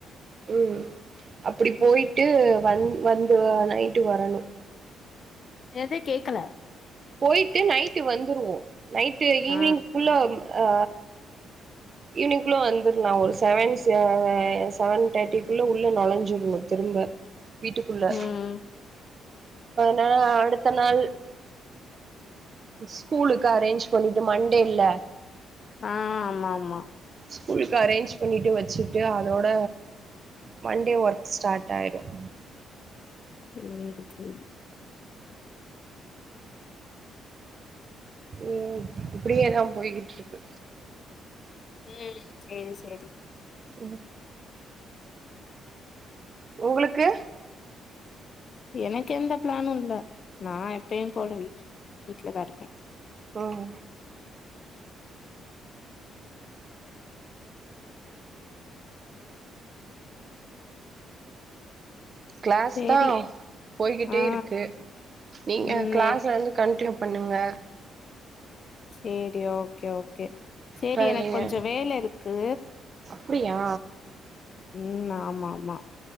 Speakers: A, on the right (about 40°); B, on the left (about 50°).
A: உஹம் அப்படி போயிட்டு வந் வந்து நைட்டு வரணும்
B: ஏத கேக்கல
A: போயிட்டு நைட்டு வந்துருவோம் நைட்டு
B: ஆ
A: ஈவினிங் ஃபுல்லோ அ ஈவினிங்குள்ள வந்துருலாம் ஒரு செவன் செவன் தேர்ட்டிக்குள்ள உள்ள நுழைஞ்சிறுணும் திரும்ப வீட்டுக்குள்ள
B: ம்
A: நா அடுத்த நாள் ஸ்கூலுக்கு அரேஞ்ச் பண்ணிட்டு மண்டே இல்ல
B: ஆஹ் ஆமா ஆமா
A: ஸ்கூலுக்கு அரேஞ்ச் பண்ணிவிட்டு வச்சுட்டு அதோட மண்டே ஒர்க் ஸ்டார்ட் ஆயிரும்
B: சேரி சேரி
A: ம் இப்படியேதான் போய்கிட்டு இருக்கு
B: உம் செரி செரி
A: உ உங்களுக்கு
B: எனக்கு எந்த பிளானும் இல்ல நா எப்பயும் போல வீட் வீட்டுலதான் இருக்கேன்
A: ஹம் கிளாஸ்
B: சேரி
A: தான் போய்கிட்டே
B: ஆ
A: இருக்கு நீங்க
B: ம்
A: கிளாஸ்ல இருந்து கண்டினியூ பண்ணுங்க
B: சேரி ஓகே ஓகே சேரி
A: ட்ரைவிங்க
B: எனக்கு கொஞ்ச வேல இருக்கு
A: அப்டியா
B: ம் ஆமாம் ன